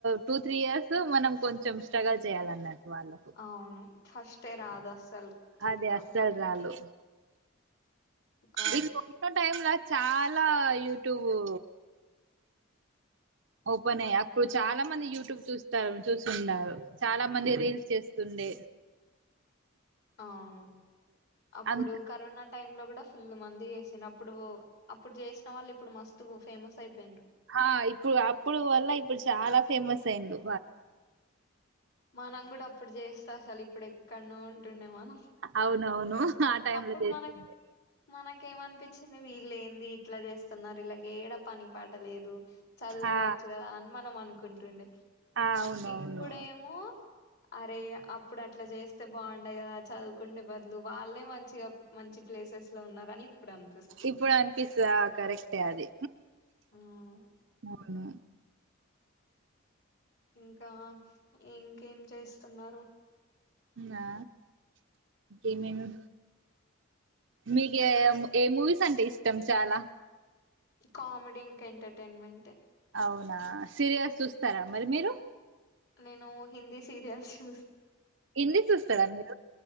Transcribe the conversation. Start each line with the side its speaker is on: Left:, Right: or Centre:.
Right: టూ త్రీ ఇయర్స్ మనం కొంచెం స్ట్రగుల్ చేయాలన్నట్టు వాళ్లకు
Left: అవును ఫస్టే రాదు అస్సలు క్లిక్
Right: అది అసలు
Left: అప్
Right: రాలు
Left: ఒక
Right: ఇ కొంచెం టైమ్లా చాలా యూట్యూబ్ ఓపెన్ అయ్య అప్పుడు చాలా మంది యూట్యూబ్ చూస్తారు చూస్తున్నారు చాలా మంది రీల్స్ చేస్తుండే
Left: అవును అప్పుడు
Right: అంత
Left: కరోనా టైమ్ లో కూడా ఫుల్ మంది చేసి అప్పుడు అప్పుడు చేసిన వాళ్ళు ఇప్పుడు మస్తు ఫేమస్ అయిపోయిరు
Right: ఆ ఇప్పుడు అప్పుడు వల్ల ఇప్పుడు చాలా ఫేమస్ అయింలు
Left: మానం కూడా అప్పుడు చేస్తా అసలు ఇప్పుడు ఎక్కడనో ఉంటుండే మన
Right: అవునవును ఆ టైమ్
Left: అప్పుడు
Right: లో చేస్తుండే
Left: మన మన ఇ ఏమనిపించింది వీళ్ళు ఏంది ఇట్లా చేస్తున్నారు ఇలాగ ఏడా పని పాటలేదు చదువుకోవచ్చు
Right: ఆ
Left: కదా అని మనం అనుకుంటుండే
Right: ఆ అవునవును
Left: ఇప్పుడేమో అరే అప్పుడు అట్లా చేస్తే బాగుండయి కదా చదువుకుంటే బదులు వాళ్ళే మంచి మంచిగా మంచి ప్లేసెస్ లో ఉన్నారని ఇప్పుడు అనిపిస్తుంది
Right: ఇప్పుడు అనిపిస్తా కరెక్టే అది
Left: ఉమ్,
Right: అవును
Left: ఇంకా ఇంకేం చేస్తున్నారు
Right: నా ఇక మ మీక ఏ మూవీస్ అంటే ఇష్టం చాలా
Left: కామెడీ ఇంకా ఎంటర్టైన్మెంట్
Right: అవునా సీరియస్ చూస్తారా మరి మీరు
Left: నేను హిందీ సీరియల్స్ చూ
Right: హిందీ చూస్తారా మీరు